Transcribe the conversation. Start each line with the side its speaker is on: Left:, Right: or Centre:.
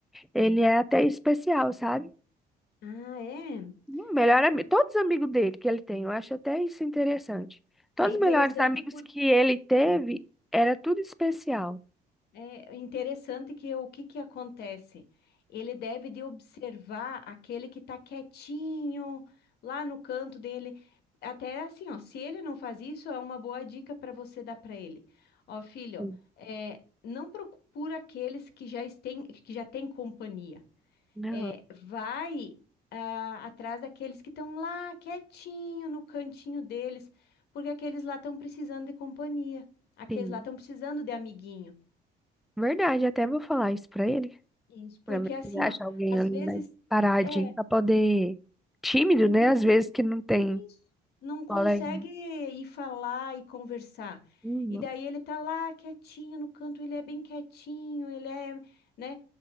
Centre: ele é até especial, sabe?
Left: Ah, é.
Centre: Hum, Melhor amigo,
Left: Ah,
Centre: todos os amigos dele que ele tem, eu acho até isso interessante. Todos
Left: É interessante
Centre: os melhores amigos
Left: por
Centre: que ele teve, era tudo especial.
Left: É interessante que o que que acontece? Ele deve de observar aquele que está quietinho lá no canto dele. Até assim, ó, se ele não faz isso, é uma boa dica para você dar para ele. Ó, filho,
Centre: Sim.
Left: é, não procura aqueles que já têm que já têm companhia.
Centre: Não,
Left: É, vai ah, atrás daqueles que estão lá quietinho no cantinho deles, porque aqueles lá estão precisando de companhia. Aqueles
Centre: sim.
Left: lá estão precisando de amiguinho.
Centre: Verdade, até vou falar isso pra ele,
Left: Isso, porque
Centre: pra ver
Left: assim,
Centre: se ele acha
Left: ó,
Centre: alguém
Left: às
Centre: ali
Left: vezes
Centre: mais paradinho,
Left: é
Centre: pra poder, tímido,
Left: e-
Centre: né? Às vezes que não tem
Left: isso, não consegue
Centre: colega.
Left: ir falar e conversar.
Centre: Uhum.
Left: E daí ele tá lá quietinho no canto, ele é bem quietinho, ele é, né?